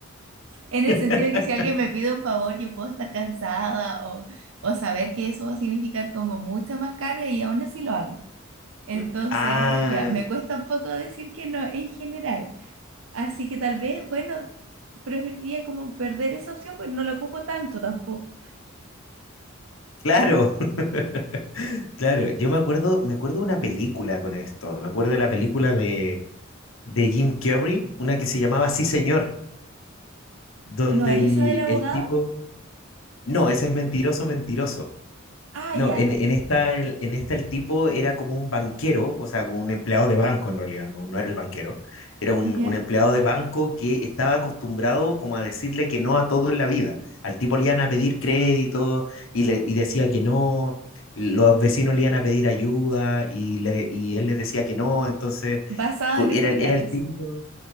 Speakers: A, on the right (about 80°); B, on the left (about 80°).
A: En el
B: <laughs>
A: sentido de que si alguien me pide un favor, yo puedo estar cansada o, o saber que eso va a significar como mucha más carga y aún así lo hago. Entonces,
B: No. Ah,
A: ya, me cuesta un poco decir que no en general. Así que tal vez, bueno, preferiría como perder esa opción, pues no la ocupo tanto tampoco.
B: Claro, <laughs> claro. Yo me acuerdo, me acuerdo de una película con esto. Me acuerdo de la película de, de Jim Carrey, una que se llamaba Sí, señor, donde
A: ¿No es
B: el,
A: esa del abogado?
B: el tipo. No, ese es mentiroso, mentiroso.
A: Ah,
B: No,
A: ya,
B: en, en esta, el, en esta el tipo era como un banquero, o sea, como un empleado de banco en realidad, no, no era el banquero, era un,
A: ya.
B: un empleado de banco que estaba acostumbrado como a decirle que no a todo en la vida. Al tipo le iban a pedir crédito y, le, y decía que no, los vecinos le iban a pedir ayuda y, le- y él les decía que no, entonces
A: Basado
B: co-
A: en hechos
B: era, el-
A: reales.
B: era el típico,